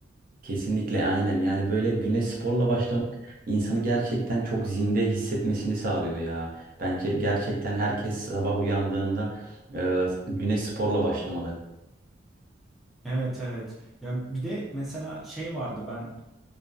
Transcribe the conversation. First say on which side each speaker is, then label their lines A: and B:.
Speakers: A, on the right; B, in the centre.
A: kesinlikle aynen. Yani böyle güne sporla başlamak insanı gerçekten çok zinde hissetmesini sağlıyor ya. Bence gerçekten herkes sabah uyandığında e, güne sporla başlamalı.
B: Evet evet. Ya bir de mesela şey vardı ben